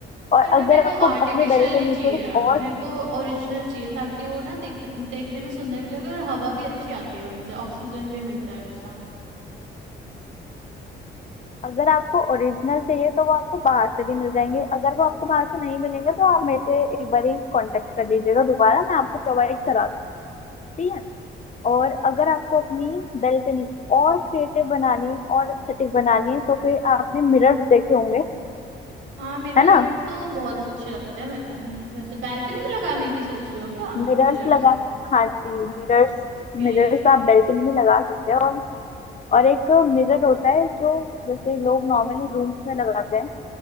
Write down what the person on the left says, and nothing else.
और
अगर
आपको
अपने बेल्ट पे
नहीं
थोड़ी और
अगर आपको ओरिजिनल चाहिए तो वो आपको बाहर से भी मिल जाएंगे अगर वो आपको बाहर से नहीं मिलेंगे तो आप मेरे से एक बार ही कॉन्टेक्ट कर लीजिएगा दोबारा मैं आपको प्रोवाइड करा दूंगी ठीक है और अगर आपको अपनी बेल्कनी और क्रिएटिव बनानी है और एस्थेटिक बनानी है तो फिर आपने मिरर्स देखे होंगे
है ना
मिरर्स
लगा हाँ जी मिरर्स
मिरर्स आप बेल्कनी में लगा सकते हैं और और एक मिरर होता है जो जैसे लोग नॉर्मली रूम्स में लगाते हैं